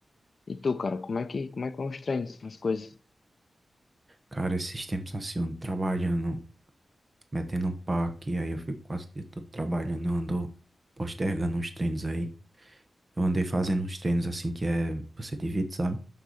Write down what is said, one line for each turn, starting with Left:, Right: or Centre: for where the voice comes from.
Left: E tu, cara, como é que, como é que vão os treinos, as coisas?
Right: Cara, esses tempos assim, eu ando trabalhando, metendo um paque, aí eu fico quase o dia todo trabalhando, eu ando postergando uns treinos aí. Eu andei fazendo uns treinos assim que é, você divide, sabe?